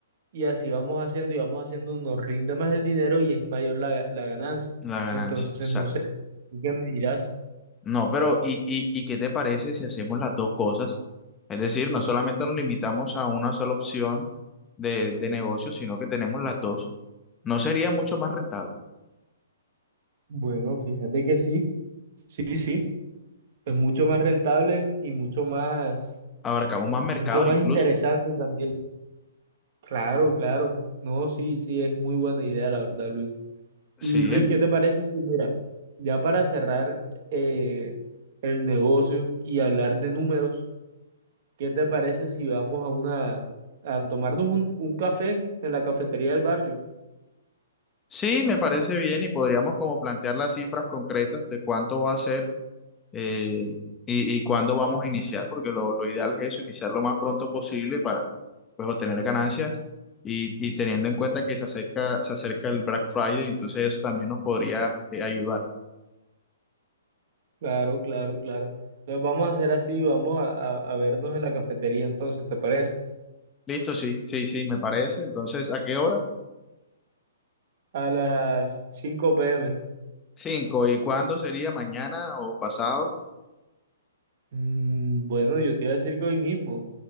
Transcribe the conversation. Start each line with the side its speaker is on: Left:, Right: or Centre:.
Right: y así vamos haciendo y vamos haciendo, nos rinde más el dinero y es mayor la, la ganancia.
Left: la ganancia.
Right: Entonces,
Left: Exacto.
Right: no sé, ¿tú qué me dirás?
Left: No, pero ¿y, y, y qué te parece si hacemos las dos cosas? Es decir, no solamente nos limitamos a una sola opción de, de negocio, sino que tenemos las dos. ¿No sería mucho más rentable?
Right: Bueno, fíjate que sí, sí, sí, es mucho más rentable y mucho más,
Left: Abarcamos más mercado
Right: mucho más
Left: incluso.
Right: interesante también. Claro, claro. No, sí, sí, es muy buena idea, la verdad, Luis. Y
Left: Sí,
Right: Luis,
Left: en-
Right: ¿qué te parece si, mira, ya para cerrar eh, el negocio y hablar de números, ¿qué te parece si vamos a una, a tomarnos un, un café en la cafetería del barrio?
Left: sí, me parece bien y podríamos como plantear las cifras concretas de cuánto va a ser eh, y, y cuándo vamos a iniciar, porque lo, lo ideal es eso, iniciar lo más pronto posible para pues obtener ganancias y, y teniendo en cuenta que se acerca, se acerca el Black Friday, entonces eso también nos podría eh, ayudar.
Right: Claro, claro, claro. Entonces vamos a hacer así, vamos a, a- a vernos en la cafetería entonces, ¿te parece?
Left: Listo, sí, sí, sí, me parece. Entonces, ¿a qué hora?
Right: A las 5 p.m.
Left: Cinco. ¿Y cuándo sería? ¿Mañana o pasado?
Right: Mm, bueno, yo te iba a decir que hoy mismo.